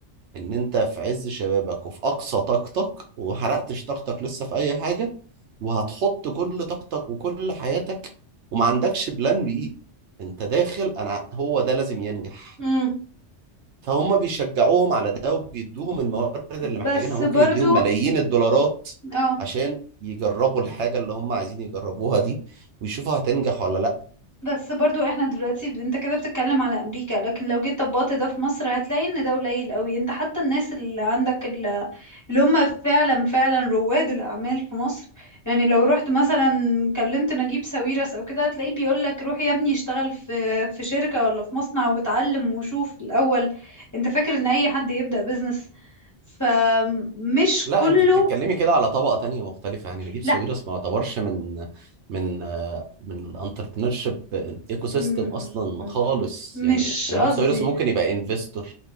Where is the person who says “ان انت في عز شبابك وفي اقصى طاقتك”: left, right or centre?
Right